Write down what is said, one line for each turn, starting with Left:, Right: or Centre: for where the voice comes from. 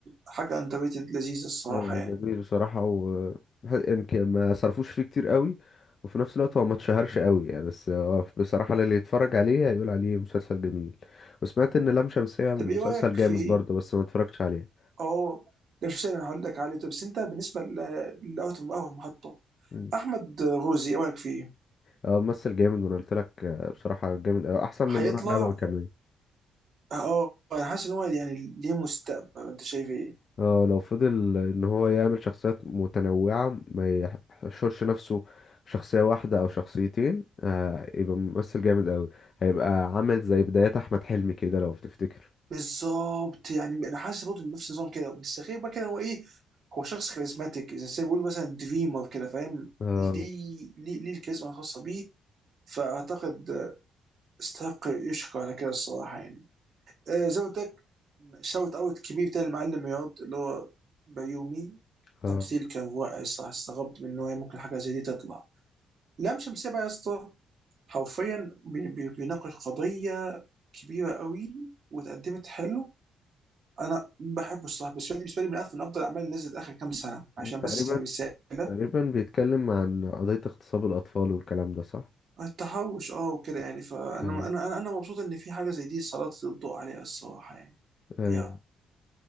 Right: حاجه اندر ريتد لذيذه الصراحه
Left: آه
Right: يعني
Left: جميل بصراحه و يمكن ما صرفوش فيه كتير قوي وفي نفس الوقت هو ما اتشهرش قوي يعني بس هو بصراحه اللي يتفرج عليه هيقول عليه مسلسل جميل وسمعت ان لام شمسيه مسلسل
Right: طب ايه رايك
Left: جامد
Right: في
Left: برضه بس ما اتفرجتش عليه
Right: اه ده مش سهل انا هقول لك عليه طب بس انت بالنسبه لاوت اوف اول محطه
Left: مم.
Right: احمد غوزي ايه رايك فيه؟
Left: اه ممثل جامد وانا قلت لك آه، بصراحه جامد قوي احسن من
Right: هيطلع
Left: نور النبوي كمان
Right: اه آه، انا حاسس ان هو يعني ليه مستقبل انت شايف ايه؟
Left: اه لو فضل ان هو يعمل شخصيات متنوعة ما يحشرش نفسه شخصية واحدة او شخصيتين آه يبقى ممثل جامد قوي هيبقى عامل زي بدايات احمد حلمي كده لو تفتكر
Right: بالظبط يعني انا حاسس برضه إن نفس النظام كده بس غير بقى كده هو ايه هو شخص كاريزماتيك اذا زي ما بيقولوا مثلا دريمر كده فاهم
Left: آه
Right: ليه ليه ليه الكاريزما الخاصه بيه فاعتقد آه، استحق يشكر على كده الصراحه يعني آه، زي ما قلت لك شوت اوت كبير بتاع المعلم رياض اللي هو بيومي
Left: آه
Right: تمثيل كان رائع الصراحه استغربت من ان هو ممكن حاجه زي دي تطلع لام شمسية بقى يا اسطى حرفيا بي- بي- بيناقش قضيه كبيره قوي واتقدمت حلو انا بحبه الصراحه بس فيلم بالنسبه لي من افضل من افضل الاعمال اللي نزلت اخر كام سنه عشان
Left: تقريبا
Right: بس رساله
Left: تقريبا بيتكلم عن قضية اغتصاب الاطفال والكلام ده صح؟
Right: التحرش اه وكده يعني فانا انا
Left: اه
Right: انا انا مبسوط ان في حاجه زي دي سلطت الضوء عليها الصراحه يعني
Left: ايوه
Right: يا